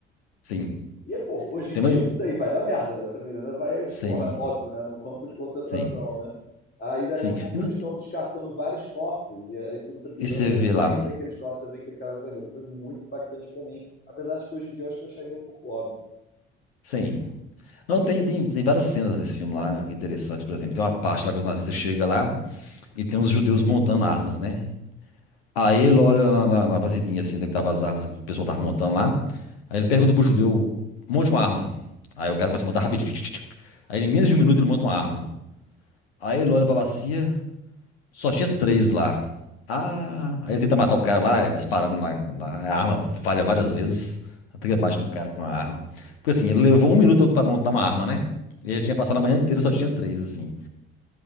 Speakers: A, on the left; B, on the left.
A: sim.
B: E aí, pô, hoje
A: Tem
B: em dia
A: mais...
B: eu sei, vai dar merda. Essa menina vai, porra,
A: Sim,
B: óbvio, né? Num campo de concentração,
A: sim,
B: né? Aí dali
A: sim.
B: a pouco
A: E, n-
B: eles estão descartando vários corpos, e aí tudo preto
A: e
B: e branco,
A: você
B: aí
A: vê
B: no
A: lá.
B: meio daqueles corpos você vê aquele casaco vermelho. Foi muito impactante pra mim. Apesar de que hoje em dia eu acho que eu acharia um pouco óbvio.
A: Sim. Não, tem, tem, tem várias cenas nesse filme lá, que é interessante, por exemplo. Tem uma parte lá que os nazistas chegam lá e tem os judeus montando armas, né? Aí ele olha na, na, na vasilhinha, assim, onde é que tava as armas que o pessoal tava montando lá. Aí ele pergunta pro judeu, monte uma arma. Aí o cara vai se montar rapidinho. tch, tch, tch. Aí em menos de um minuto ele monta uma arma. Aí ele olha pra bacia, só tinha três lá. Ah, aí ele tenta matar o cara lá, é disparando lá, lá. A arma falha várias vezes. Até que ele bate no cara com a arma. Porque assim, ele levou um minuto pra montar uma arma, né?
B: Uhum,
A: Ele já tinha passado a manhã inteira, só tinha três, assim.